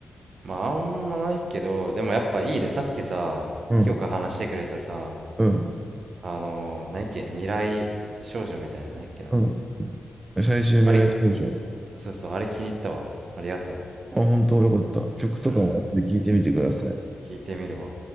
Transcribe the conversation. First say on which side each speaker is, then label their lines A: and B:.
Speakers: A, on the right; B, on the right.
A: まああんまないけど、でもやっぱいいね。さっきさ、
B: うん。
A: 今日から話してくれたさ、
B: うん。
A: あのー、何やっけ、未来少女みたいな、何やっけな。
B: うん。最終未来少女。
A: あれ、そうそう、あれ気に入ったわ。ありがと
B: あ、本当よかった。曲とかも後で聞いてみてください。
A: う。うん。聞いてみるわ。